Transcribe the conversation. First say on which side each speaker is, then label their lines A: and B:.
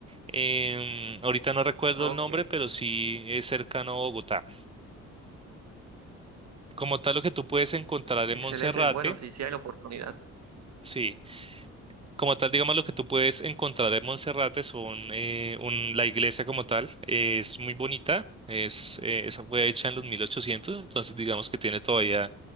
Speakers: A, on the right; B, on the right.
A: Em, ahorita no recuerdo
B: ok,
A: el nombre, pero sí es cercano a Bogotá. Como tal, lo que tú puedes encontrar en
B: excelente.
A: Monserrate,
B: Bueno, sí, sí hay la oportunidad.
A: sí. como tal, digamos, lo que tú puedes encontrar en Monserrate son eh, un- la iglesia como tal, eh, es muy bonita, es, eh, esa fue hecha en los mil ochocientos entonces digamos que tiene todavía